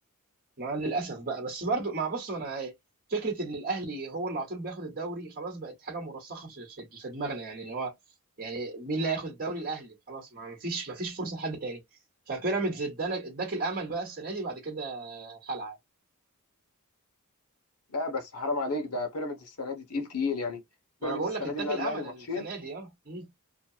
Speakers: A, on the right; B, on the left.
A: مع للاسف بقى بس برضو مع بص ما انا فكره ان الاهلي هو اللي على طول بياخد الدوري خلاص بقت حاجه مرسخه في في في دماغنا يعني ان هو يعني مين اللي هياخد الدوري الاهلي خلاص ما فيش ما فيش فرصه لحد تاني فبيراميدز ادانا اداك الامل بقى السنه دي بعد كده خلع
B: لا بس حرام عليك ده بيراميدز السنة دي تقيل تقيل يعني
A: ما
B: بيراميدز
A: انا بقول
B: السنة
A: لك اداك
B: دي ملعب
A: الامل
B: الاهلي ماتشين
A: السنه دي اه مم.